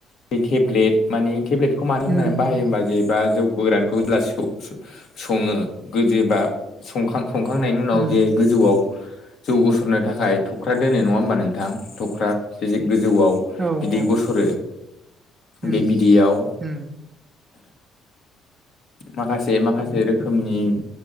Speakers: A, on the left; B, on the right.
A: बे टेब्लेट माने टेब्लेट बेखौ मानो होननानै
B: उम
A: बाहायोबा जेबा जौ गोरानखौ <unintelligible> सङो गोजोबा सिखां संखांनायनि उनाव
B: उम
A: जे गोजौआव जौ गसरनो थाखाय थख्रा दोनो नङा होमबा नोंथां थख्रा जे गोजौआव
B: औ
A: बिदै
B: औ
A: गसरो।
B: उम
A: बे बिदैयाव
B: उम
A: माखासे माखासे रोखोमनि